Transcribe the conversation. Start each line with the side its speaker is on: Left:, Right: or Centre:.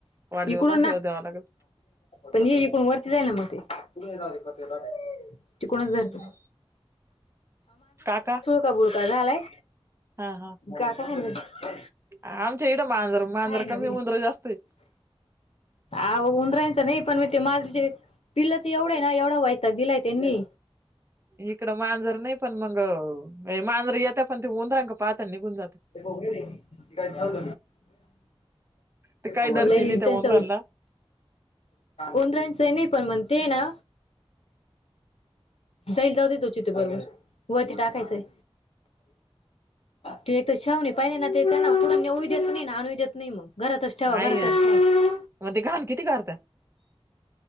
Right: वाढदिवस
Left: इकडून
Right: असलेवर
Left: ना
Right: देवा लागल.
Left: पण ये इकूण वरती जायल ना मग ते तिकुणच
Right: हम्म काका
Left: कबुलका झालाय.
Right: हा हा
Left: गाथा मानलं हं
Right: आमच्या इडं मांजरं मांजरं
Left: ना
Right: कमी उंदर जास्त आहे.
Left: आवो उदरायचं नाही पण म ते मांजरीचे पिल्लच एवढे ना एवढा वयताग दिलाय त्यांनी
Right: इकडं मांजर नाही पण मग ये मांजरे येत पण ते उंदराकडे पाहात्या निघून जात्या.
Left: ते ब र त गा चालत
Right: ते काही
Left: उ <inaudible>
Right: धरती
Left: म
Right: नाही त्या
Left: त्यांच
Right: उंदरांना
Left: उंदरांच नाही पण म्हण ते ना. जाईल जाऊ देतो चीथ बरोबर वरती टाकायचंय. तू एक तर शावणी पाहिले ना ते ना कून नऊ देत नाही ना आणू देत नाही मग. घरातच ठेवा
Right: आई
Left: घरातच
Right: आहे
Left: ठेवा.
Right: मग ते घाण किती करताय.